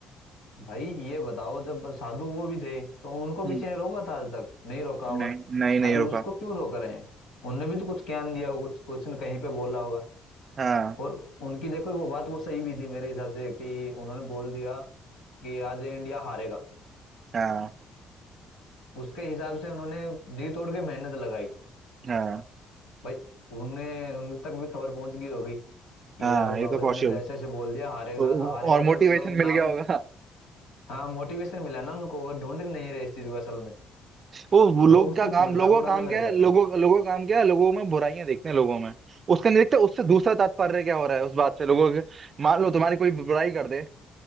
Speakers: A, on the left (about 85°); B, on the right (about 50°).
A: भाई ये बताओ जब साधु वो भी थे तो उनको
B: हम्म
A: किसी ने रोका था आज तक नहीं रोका होगा
B: नहीं नहीं नहीं
A: अभी
B: रुका
A: उसको क्यों रोक रहे हैं उनने भी तो कुछ ज्ञान दिया होगा कुछ क्वेश्चन कहीं पे बोला होगा
B: हाँ
A: और उनकी देखो वो बात वो सही भी थी मेरे हिसाब से कि उन्होंने बोल दिया कि आज ये इंडिया हारेगा
B: हाँ
A: उसके हिसाब से उन्होंने जी तोड़ के मेहनत लगाई
B: हाँ
A: भाई उन्हें उन तक भी खबर पहुंच गई होगी कि
B: हाँ
A: यार
B: ये
A: बाबा
B: तो पॉसिबल
A: जी ने तो ऐसे ऐसे बोल दिया हारेगा
B: तो
A: तो हारेगा
B: और मोटिवेशन
A: तो मतलब
B: मिल
A: नाम
B: गया होगा
A: हाँ मोटिवेशन मिला ना उनको वो ढूंढ नहीं रहे इस चीज को असल में
B: वो वो लोग
A: लोग
B: का
A: सिर्फ
B: काम
A: मजाक
B: लोगों
A: उड़ाने
B: का काम
A: में
B: क्या
A: रह
B: है
A: जाते
B: लोगों
A: हैं
B: लोगों का काम क्या है लोगों में बुराइयां देखते हैं लोगों में उसका नहीं देखते उससे दूसरा तात्पर्य क्या हो रहा है उस बात से लोगों के मान लो तुम्हारी कोई बुराई कर दे